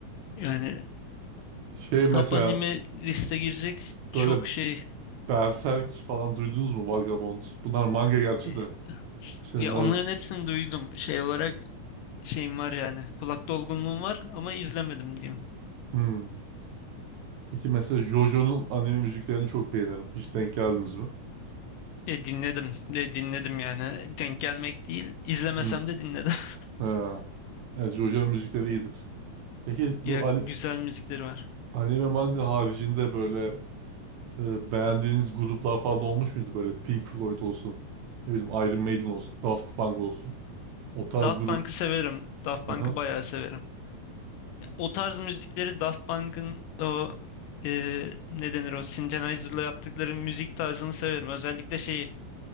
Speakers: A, on the left (about 85°); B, on the right (about 70°).
A: Yani
B: Şey mesela
A: Top anime liste girecek çok
B: böyle
A: şey
B: Berserk falan duydunuz mu? Vagabond. Bunlar manga gerçi
A: e,
B: de. İşte
A: ya
B: Naruto.
A: onların hepsini duydum şey olarak şeyim var yani kulak dolgunluğum var ama izlemedim diyeyim.
B: Hmm. Peki mesela JoJo'nun anime müziklerini çok beğenirim. Hiç denk geldiniz mi?
A: E, dinledim de dinledim yani denk gelmek değil izlemesem
B: Hmm.
A: de dinledim. <laughs>
B: Ha. Evet, JoJo'nun müzikleri iyidir. Peki bu
A: Ya
B: ani-
A: güzel müzikleri var.
B: anime manga haricinde böyle e, beğendiğiniz gruplar falan olmuş muydu? Böyle Pink Floyd olsun, ne bileyim Iron Maiden olsun, Daft Punk olsun. O tarz
A: Daft
B: grup.
A: Punk'ı severim. Daft Punk'ı
B: Aha.
A: bayağı severim. Ya, o tarz müzikleri Daft Punk'ın o e, ne denir o Synthesizer'la yaptıkları müzik tarzını severim. Özellikle şeyi